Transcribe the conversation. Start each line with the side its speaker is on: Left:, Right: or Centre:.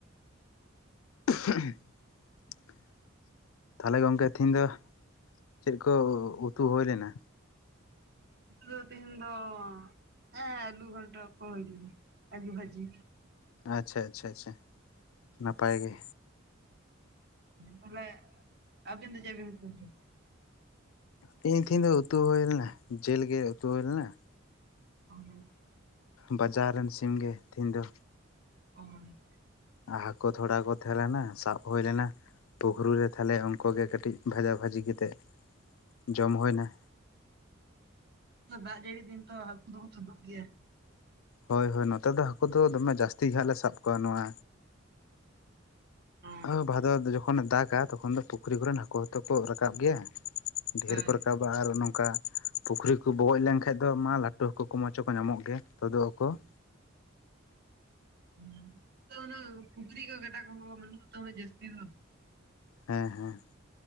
Left: <unintelligible> ᱛᱟᱦᱚᱞᱮ ᱜᱚᱢᱠᱮ ᱛᱤᱦᱮᱧ ᱫᱚ ᱪᱮᱫ ᱠᱚ ᱩᱛᱩ ᱦᱩᱭ ᱞᱮᱱᱟ
Right: ᱫᱚ ᱛᱤᱦᱤᱧ ᱫᱚ ᱮ ᱟᱞᱩ ᱜᱚᱴᱟ ᱠᱚ ᱟᱞᱩ ᱵᱷᱟᱹᱡᱤ
Left: ᱟᱪᱪᱷᱟ ᱟᱪᱪᱷᱟ ᱟᱪᱪᱷᱟ ᱱᱟᱯᱟᱭ ᱜᱮ
Right: ᱛᱟᱦᱚᱞᱮ ᱟᱵᱤᱱ ᱪᱮᱫ <unintelligible>
Left: ᱛᱮᱦᱮᱧ ᱫᱚ ᱩᱛᱩ ᱦᱩᱭ ᱞᱮᱱᱟ ᱡᱤᱞ ᱜᱮ ᱩᱛᱩ ᱦᱩᱭ ᱞᱮᱱᱟ
Right: <inaudible>
Left: ᱵᱟᱡᱟᱨ ᱨᱮᱱ ᱥᱤᱢᱜᱮ ᱛᱤᱦᱤᱧ ᱫᱚ
Right: ᱚ <unintelligible>
Left: ᱟᱨ ᱦᱟᱹᱠᱩ ᱛᱷᱚᱲᱟ ᱠᱚ ᱛᱟᱦᱮᱸ ᱞᱮᱱᱟ ᱥᱟᱵ ᱦᱩᱭ ᱞᱮᱱᱟ ᱯᱩᱠᱷᱨ ᱨᱮ ᱛᱟᱦᱚᱞᱮ ᱩᱱᱠᱩ ᱜᱮ ᱠᱟᱹᱴᱤᱡ ᱵᱷᱟᱡᱟᱼ ᱵᱷᱟᱹᱡᱤ ᱠᱟᱛᱮᱫ ᱡᱚᱢ ᱦᱩᱭᱱᱟ
Right: ᱫᱟᱜ ᱡᱟᱹᱲᱤ ᱫᱤᱱ ᱛᱚ ᱦᱟᱹᱠᱩ ᱫᱚ ᱠᱚ ᱛᱩᱫᱩᱜ ᱜᱮᱭᱟ
Left: ᱦᱳᱭ ᱦᱳᱭ ᱱᱚᱛᱮ ᱫᱚ ᱦᱟᱹᱠᱩ ᱫᱚ ᱫᱚᱢᱮ ᱡᱟᱹᱥᱛᱤ ᱜᱮ ᱦᱟᱜ ᱞᱮ ᱥᱟᱵ ᱠᱚᱣᱟ ᱱᱚᱣᱟ
Right: ᱦᱮᱸ
Left: ᱦᱚ ᱵᱷᱟᱫᱚᱨ ᱡᱚᱠᱷᱚᱱᱮ ᱫᱟᱜᱟ ᱛᱚᱠᱷᱚᱱ ᱫᱚ ᱯᱩᱠᱷᱨᱤ ᱠᱚᱨᱮᱱ ᱦᱟᱹᱠᱩ ᱦᱚᱸᱛᱚ ᱠᱚ ᱨᱟᱠᱟᱵ ᱜᱮᱭᱟ ᱰᱷᱮᱨ
Right: ᱦᱮᱸ
Left: ᱠᱚ ᱨᱟᱠᱟᱵ ᱟᱨ ᱱᱚᱝᱠᱟ ᱯᱩᱠᱷᱨᱤ ᱠᱚ ᱵᱚᱜᱚᱡ ᱞᱮᱱᱠᱷᱟᱱ ᱫᱚ ᱢᱟ ᱞᱟᱹᱴᱩ ᱦᱟᱹᱠᱩ ᱠᱚ ᱢᱟᱪᱚ ᱦᱚᱸᱠᱚ ᱧᱟᱢᱚᱜ ᱜᱮᱭᱟ ᱛᱚᱫᱚ ᱟᱠᱚ
Right: ᱦᱩ ᱛᱚ ᱚᱱᱟ ᱯᱩᱠᱷᱨᱤ ᱠᱚ ᱜᱟᱰᱟ ᱠᱚ ᱵᱟᱱᱩᱜ ᱛᱟᱯᱮᱭᱟ ᱡᱟᱹᱥᱛᱤ ᱫᱚ
Left: ᱦᱮᱸ ᱦᱮᱸ